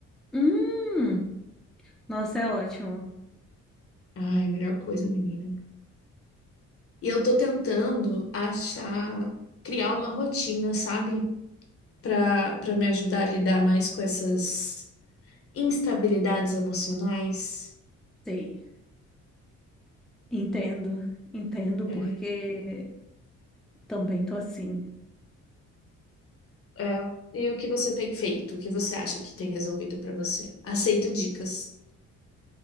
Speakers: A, in the centre; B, on the left.
A: Hum, nossa, é ótimo.
B: Ai, melhor coisa, menina. E eu tô tentando achar, criar uma rotina, sabe? Pra, pra me ajudar a lidar mais com essas instabilidades emocionais.
A: Sei, entendo, entendo
B: É,
A: porque também tô assim.
B: é. E o que você tem feito? O que você acha que tem resolvido pra você? Aceito dicas.